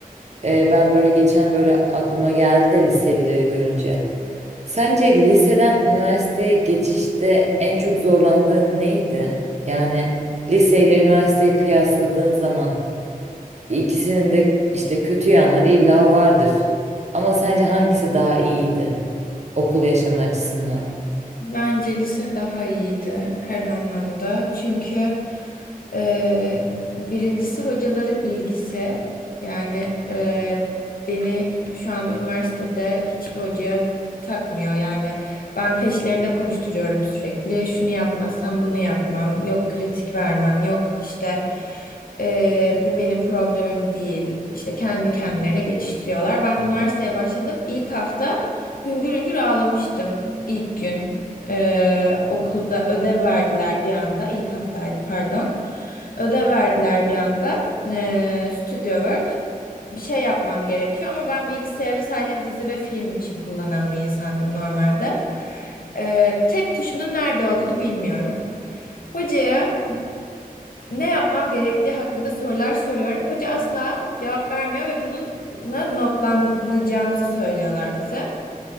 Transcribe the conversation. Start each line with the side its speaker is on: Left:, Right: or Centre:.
Right: E, ben böyle geçen böyle aklıma geldi de liselileri görünce. Sence liseden üniversiteye geçişte en çok zorlandığın neydi? Yani liseyle üniversiteyi kıyasladığın zaman ikisinin de işte kötü yanları illa vardır. Ama sence hangisi daha iyiydi okul yaşamı açısından?
Left: Bence lise daha iyiydi her anlamda. Çünkü e, birincisi hocaların ilgisi. Yani e, beni şu anda üniversitede hiçbir hocaya takmıyor. Yani ben peşlerinde koşturuyorum sürekli. Şunu yapmazsam bunu yapmam. Yok kritik vermem. Yok işte e, bu benim problemim değil. İşte kendi kendilerine geçiştiriyorlar. Ben üniversiteye başladım. İlk hafta hüngür hüngür ağlamıştım ilk gün. Ee, okulda ödev verdiler bir anda. İlk haftaydı pardon. Ödev verdiler bir anda. Ee, studio work. Bir şey yapmam gerekiyor ama ben bilgisayarı sadece dizi ve film için kullanan bir insandım normalde. Ee, tab tuşunun nerede olduğunu bilmiyorum. Hocaya ne yapmam gerektiği hakkında sorular soruyorum. Hoca asla cevap vermiyor ve bununla notlanacağımızı söylüyorlar bize.